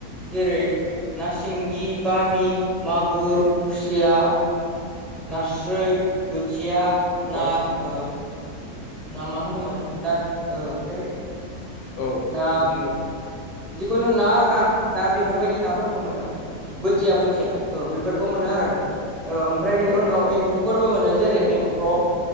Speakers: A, in the centre; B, on the left.
A: जेरै ना सिंगि, बामि, मागुर, खुसिया नास्रोय, बोथिया ना
B: औ
A: ओ ना मा होनोमोन नाथ ओ <unintelligible>
B: औ
A: ना
B: बिदिनो
A: जिखुनु ना आरो ना। ना बेफोरबायदि नाफोरखौ मोनो। बोथिया बोथिया औ बेफोरखौ मोनो आरो ओमफ्राय बेनि
B: औ
A: उनाव एम थफुफोरबो मोनो जेरै एंख्रब